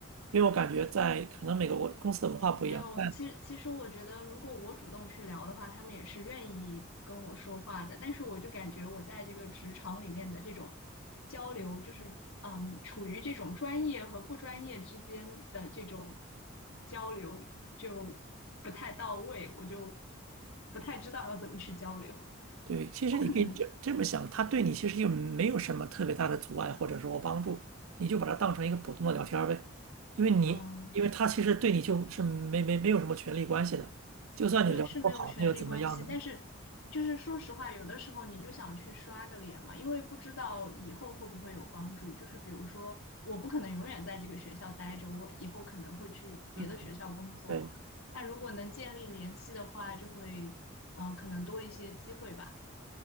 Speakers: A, on the right; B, on the left.
A: 因为我感觉在可能每个国公司的文化不一样，
B: 没有，
A: 但。
B: 其实其实我觉得，如果我主动去聊的话，他们也是愿意跟我说话的。但是我就感觉我在这个职场里面的这种交流，就是嗯，处于这种专业和不专业之间的这种交流就不太到位，我就不太知道要怎么去交流。
A: 对，其实你可以这这么想，
B: 我可能
A: 他对你其实又没有什么特别大的阻碍或者说帮助，你就把它当成一个普通的聊天儿呗，因为你因为他其实对你就是没没没有什么权利关系的，
B: 嗯，
A: 就算你聊得不好，
B: 对，是没有权利关系，
A: 那又怎么样呢？
B: 但是就是说实话，有的时候你就想去刷个脸嘛，因为不知道以后会不会有帮助。就是比如说，我不可能永远在这个学校待着，我以后可能会去别的学校工作嘛。
A: 嗯，对
B: 那如果能建立联系的话，就会嗯、呃可能多一些机会吧。